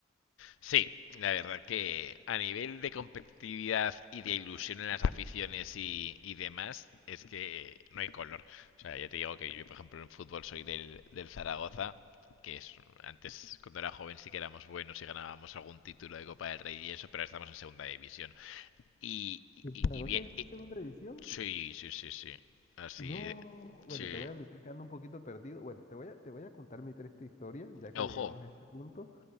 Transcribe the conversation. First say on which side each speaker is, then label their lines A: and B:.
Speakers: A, on the left (about 75°); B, on the left (about 35°).
A: Sí, la verdad que a nivel de competitividad y de ilusión en las aficiones y, y demás, es que no hay color. O sea, ya te digo que yo, por ejemplo, en fútbol soy del, del Zaragoza, que es antes, cuando era joven, sí que éramos buenos y ganábamos algún título de Copa del Rey y eso, pero ahora estamos en segunda división. Y, y,
B: ¿El
A: y
B: Zaragoza
A: y bien,
B: ya está
A: y-
B: en segunda división?
A: sí, sí, sí, sí. Así,
B: No, bueno,
A: sí.
B: te voy a admitir que ando un poquito perdido. Bueno, te voy a, te voy a contar mi triste historia, ya que
A: Ojo,
B: llegamos a este punto.